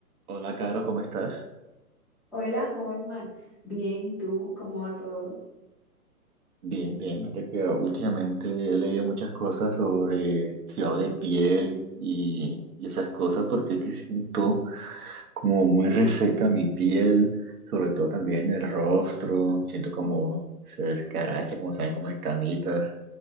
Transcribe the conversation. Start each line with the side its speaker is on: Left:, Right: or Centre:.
Right: Hola, Caro, ¿cómo estás?
Centre: Hola, Holman. Bien, ¿y tú? ¿Cómo va todo?
Right: Bien, bien. Mira que últimamente he leído muchas cosas sobre cuidado de piel y, y esas cosas porque es que siento como muy reseca mi piel, sobre todo también el rostro. Siento como se descaracha, como saben, como escamitas.